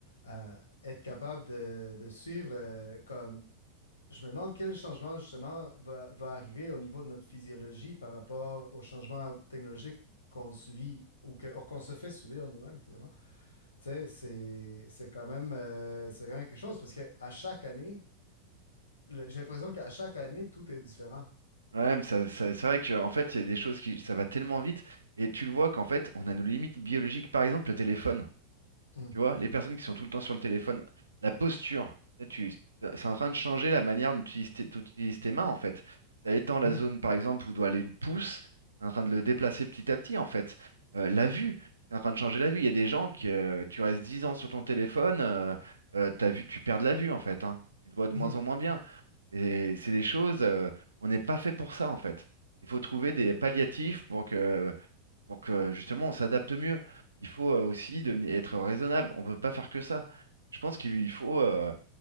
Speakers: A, on the left (about 75°); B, on the right (about 75°).
A: à être capable de, de suivre, euh, comme je me demande quel changement justement va, va arriver au niveau de notre physiologie par rapport aux changements technologiques qu'on subit ou que- ou qu'on se fait subir nous-mêmes finalement. Tu sais, c'est c'est quand même, euh, c'est quand même quelque chose parce que à chaque année, le- j'ai l'impression qu'à chaque année, tout est différent.
B: Ouais, mais ça, ça- c'est vrai que en fait, il y a des choses qui, ça va tellement vite, et tu le vois qu'en fait, on a nos limites biologiques. Par exemple, le téléphone,
A: Mhm.
B: tu vois, les personnes qui sont tout le temps sur le téléphone, la posture, tu tu- c'est en train de changer la manière dont tu utilises tes, dont tu utilises tes mains, en fait. Ça étend la
A: Mhm.
B: zone, par exemple, où doit aller le pouce, c'est en train de le déplacer petit à petit, en fait. Euh, la vue, c'est en train de changer la vue. Il y a des gens qui, euh, tu restes 10 ans sur ton téléphone, euh, euh, ta vue, tu perds de la vue, en fait, hein. Tu te vois de
A: Mhm.
B: moins en moins bien. Et c'est des choses, euh, on n'est pas fait pour ça en fait. Il faut trouver des palliatifs pour que, pour que justement on s'adapte mieux. Il faut euh, aussi deveni- être raisonnable. On ne peut pas faire que ça. Je pense qu'il faut, euh,